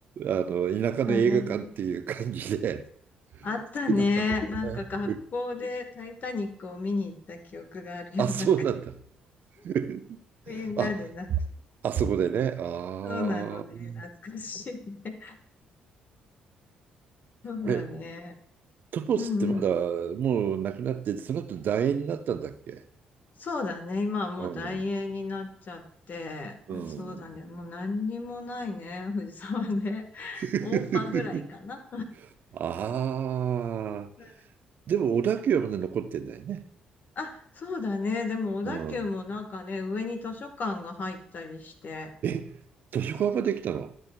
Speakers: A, on the right; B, on the left.
A: あの、田舎の映画館っていう感じで
B: だね。あったね。
A: 好きだったんだけどね。
B: なんか学校でタイタニックを見に行った記憶があるよ。
A: うんあ、
B: <laughs>
A: そうなんだ。
B: なんか
A: <laughs>
B: みんなでなんか
A: あ、あそこでね。ああ。
B: そうなのね。懐かしいね。<laughs> そうだね。
A: あれ、トトスってまだもうなくなって、
B: うんうん。
A: その後楕円になったんだっけ
B: そうだね。今はもう大英になっちゃって、
A: うん。うん。
B: そうだね。もう何にもないね。藤沢ね。
A: <laughs>
B: オーパぐらいかな。
A: ああ。
B: <laughs>
A: でも、小田急はまだ残ってんだよね。
B: あ、そうだね。でも小田急もなんかね、
A: うん。
B: 上に図書館が入ったりして、
A: え、図書館ができたの